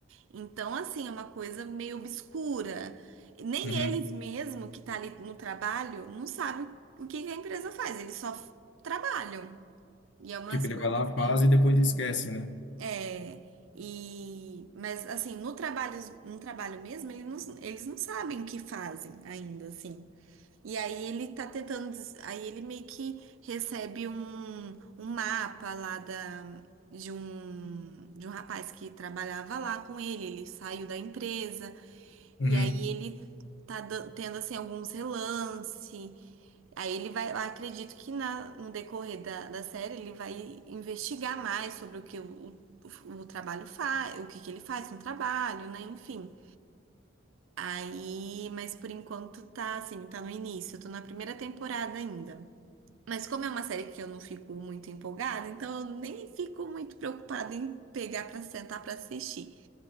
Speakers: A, on the right; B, on the left.
A: Então, assim, é uma coisa meio obscura. Nem
B: Uhum.
A: eles mesmo que tá ali no trabalho não sabem o que que a empresa faz, eles só trabalham. E é umas
B: Tipo, ele
A: coisas
B: vai lá,
A: assim.
B: faz e depois esquece, né?
A: É, e, mas assim, no trabalho, no trabalho mesmo, ele não- eles não sabem o que fazem ainda, assim. E aí ele tá tentando, des- aí ele meio que recebe um, um mapa lá da, de um, de um rapaz que trabalhava lá com ele, ele saiu da empresa.
B: Uhum.
A: E aí ele tá dan- tendo assim alguns relance. Aí ele vai, eu acredito que na- no decorrer da, da série ele vai investigar mais sobre o que o, o, o trabalho faz, o que que ele faz no trabalho, né? Enfim. Aí, mas por enquanto tá assim, tá no início, eu tô na primeira temporada ainda. Mas como é uma série que eu não fico muito empolgada, então eu nem fico muito preocupada em pegar pra sentar pra assistir.